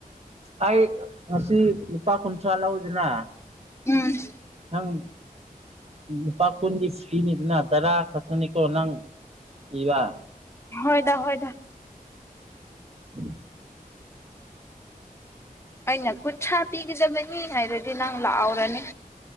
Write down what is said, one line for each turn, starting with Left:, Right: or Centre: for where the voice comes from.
Right: ꯑꯩ ꯉꯁꯤ ꯂꯨꯄꯥ ꯀꯨꯟꯊ꯭ꯔꯥ ꯂꯧꯤꯗꯅ
Left: ꯎꯝ
Right: ꯍꯪ ꯎ ꯄ ꯄꯨꯣꯟꯗꯤꯁ ꯁꯤꯅꯤꯗꯅ ꯇꯔꯥ ꯈꯠꯊꯅꯤꯀꯣ ꯅꯪ ꯏꯕ
Left: ꯍꯣꯏꯗ ꯍꯣꯏꯗ
Right: ꯎꯝ
Left: ꯑꯩꯅ ꯀꯨꯟꯊ꯭ꯔꯥ ꯄꯤꯒꯗꯕꯅꯤ ꯍꯥꯏꯗꯗꯤ ꯅꯪ ꯂꯥꯛꯍꯧꯔꯅꯤ